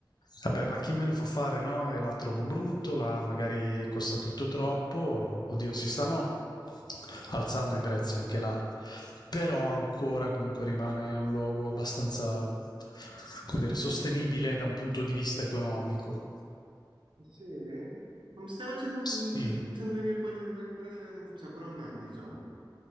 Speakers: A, on the left; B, on the right.
A: Vabbè, ma chi me lo fa fare, no? E la trovo brutto, la magari costa tutto troppo. Oddio, si stanno alzando i prezzi anche là. Però ancora comunque rimane un luogo abbastanza, come dire, sostenibile da un punto di vista economico.
B: Sì? Ma mi stai facendo,
A: Sì.
B: mi stai facendo venire voglia di andare pure, cioè pure a me, diciamo.